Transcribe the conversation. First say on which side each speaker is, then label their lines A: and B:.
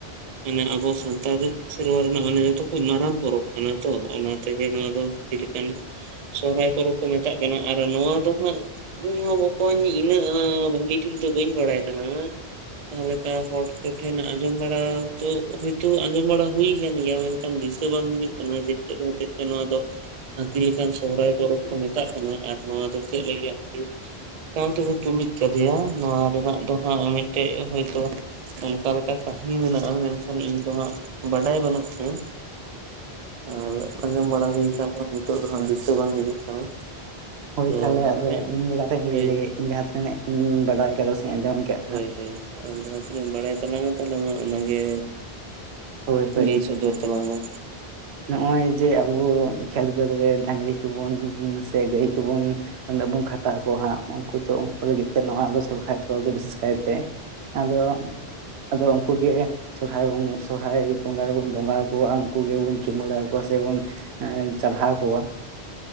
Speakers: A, on the right (about 50°); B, on the right (about 75°).
A: ᱢᱟᱱᱮ ᱟᱵᱚ ᱥᱟᱱᱛᱟᱲ ᱥᱮᱨᱣᱟ ᱨᱮᱱᱟᱜ, ᱢᱟᱱᱮ ᱡᱚᱛᱚ ᱠᱷᱚᱡ ᱢᱟᱨᱟᱝ ᱯᱚᱨᱚᱵᱽ ᱠᱟᱱᱟ ᱛᱚ, ᱚᱱᱟ ᱛᱮᱜᱮ ᱱᱚᱣᱟ ᱫᱚ <unintelligible> ᱥᱚᱦᱨᱟᱭ ᱯᱚᱨᱚᱵᱽ ᱠᱚ ᱢᱮᱛᱟᱜ ᱠᱟᱱᱟ ᱟᱨ ᱱᱚᱣᱟ ᱫᱚ ᱦᱟᱸᱜ ᱤᱧ ᱦᱚᱸ ᱵᱚᱠᱚᱧ ᱤᱱᱟᱹᱜ ᱮ ᱵᱷᱟᱜᱮ ᱴᱷᱤᱠ ᱫᱚ ᱵᱟᱹᱧ ᱵᱟᱲᱟᱭ ᱛᱟᱞᱟᱝᱟ᱾ ᱡᱟᱦᱟᱸ ᱞᱮᱠᱟ ᱦᱚᱲ ᱠᱚᱴᱷᱮᱱ ᱟᱸᱡᱚᱢ ᱵᱟᱲᱟ ᱛᱚ ᱦᱚᱭᱛᱳ ᱟᱸᱡᱚᱢ ᱵᱟᱲᱟ ᱦᱩᱭ ᱠᱟᱱ ᱜᱮᱭᱟ ᱢᱟᱱᱮ ᱠᱟᱱ ᱫᱤᱥᱟᱹ ᱵᱟᱝ ᱦᱤᱡᱩᱜ ᱠᱟᱱᱟ ᱡᱮ ᱪᱮᱫ ᱦᱚᱛᱮᱫ ᱛᱮ ᱱᱚᱣᱟ ᱫᱚ ᱦᱟᱹᱛᱤ ᱞᱮᱠᱟᱱ ᱥᱚᱨᱚᱦᱟᱭ ᱯᱚᱨᱚᱵᱽ ᱠᱚ ᱢᱮᱛᱟᱜ ᱠᱟᱱᱟ᱾ ᱟᱨ ᱱᱚᱣᱟ ᱫᱚ ᱪᱮᱫ ᱞᱟᱹᱜᱤᱫ ᱦᱟᱹᱛᱤ ᱥᱟᱸᱣ ᱛᱮᱠᱚ ᱛᱩᱞᱩᱡ ᱠᱟᱫᱮᱭᱟ ᱱᱚᱣᱟ ᱨᱮᱱᱟᱜ ᱫᱚ ᱦᱟᱸᱜ ᱢᱤᱫᱴᱮᱡ ᱦᱚᱭᱛᱳ ᱚᱱᱠᱟ ᱞᱮᱠᱟ ᱠᱟᱹᱦᱱᱤ ᱢᱮᱱᱟᱜᱼᱟ, ᱢᱮᱱᱠᱷᱟᱱ ᱤᱧ ᱫᱚ ᱦᱟᱸᱜ ᱵᱟᱰᱟᱭ ᱵᱟᱹᱱᱩᱜ ᱛᱤᱧᱟᱹ᱾ ᱟᱨ ᱟᱸᱡᱚᱢ ᱵᱟᱲᱟ ᱦᱩᱭ ᱠᱟᱱ ᱨᱮᱦᱚᱸ ᱱᱤᱛᱚᱜ ᱫᱚ ᱦᱟᱸᱜ ᱫᱤᱥᱟᱹ ᱵᱟᱝ ᱦᱤᱡᱩᱜ ᱠᱟᱱᱟ᱾
B: ᱦᱳᱭ
A: ᱛᱚ
B: ᱛᱟᱦᱚᱞᱮ ᱟᱫᱚ
A: ᱦᱳᱭ
B: ᱤᱧ ᱜᱮ ᱠᱟᱛᱷᱟᱧ
A: ᱦᱳᱭ
B: ᱞᱟᱹᱭ ᱞᱮᱜᱮ ᱤᱧ ᱡᱟᱦᱟᱸ ᱛᱤᱱᱟᱹᱜ ᱤᱧ ᱵᱟᱰᱟᱭ ᱠᱟᱫᱟ ᱥᱮ ᱟᱸᱡᱚᱢ ᱠᱟᱜ,
A: ᱦᱳᱭ ᱦᱳᱭ ᱟᱢ ᱡᱟᱦᱟᱸ ᱛᱤᱱᱟᱹᱜ ᱮᱢ ᱵᱟᱲᱟᱭ ᱛᱟᱞᱟᱝᱼᱟ ᱛᱟᱦᱚᱞᱮ ᱢᱟ ᱚᱱᱟᱜᱮ
B: ᱦᱳᱭ ᱦᱳᱭ,
A: ᱞᱟᱹᱭ ᱥᱚᱫᱚᱨ ᱛᱟᱞᱟᱝ ᱢᱮ
B: ᱱᱚᱜᱼᱚᱭ ᱡᱮ ᱟᱵᱚ ᱠᱷᱮᱛ ᱵᱟᱹᱫᱽ ᱨᱮ ᱰᱟᱝᱨᱤ ᱠᱚᱵᱚᱱ ᱥᱮ ᱜᱟᱹᱭ ᱠᱚᱵᱚᱱ ᱩᱱᱟᱹᱜ ᱵᱚᱱ ᱠᱷᱟᱴᱟᱣ ᱠᱚᱣᱟ ᱦᱟᱸᱜ ᱩᱱᱠᱩ ᱫᱚ ᱩᱱᱠᱩ ᱞᱟᱹᱜᱤᱫ ᱛᱮ ᱱᱚᱣᱟ ᱫᱚ ᱥᱚᱨᱦᱟᱭ ᱯᱚᱨᱚᱵᱽ ᱫᱚ ᱵᱤᱥᱮᱥ ᱠᱟᱭᱛᱮ‌ ᱟᱫᱚ, ᱟᱫᱚ ᱩᱱᱠᱩ ᱜᱮ ᱥᱚᱨᱦᱟᱭ ᱵᱚᱱ ᱥᱚᱨᱦᱟᱭ ᱵᱚᱸᱜᱟ ᱨᱮᱵᱚᱱ ᱵᱚᱸᱜᱟ ᱟᱠᱚᱣᱟ, ᱩᱱᱠᱩ ᱜᱮᱵᱚᱱ ᱪᱩᱢᱟᱹᱲᱟ ᱚᱠᱚᱣᱟ ᱥᱮ ᱵᱚᱱ ᱮᱸ ᱪᱟᱨᱦᱟᱣ ᱠᱚᱣᱟ,